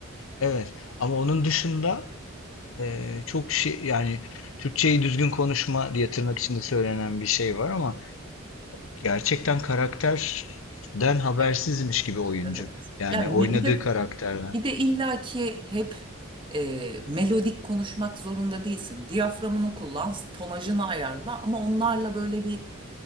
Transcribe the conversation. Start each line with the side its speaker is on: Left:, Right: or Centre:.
Left: evet ama onun dışında e, çok şey yani Türkçeyi düzgün konuşma diye tırnak içinde söylenen bir şey var ama gerçekten karakterden habersizmiş
Right: Ya
Left: gibi oyuncu.
Right: evet.
Left: Yani
Right: Ya me-
Left: oynadığı
Right: bir de
Left: karakterden.
Right: bir de illaki hep e, melodik konuşmak zorunda değilsin. Diyaframını kullan, tonajını ayarla ama onlarla böyle bir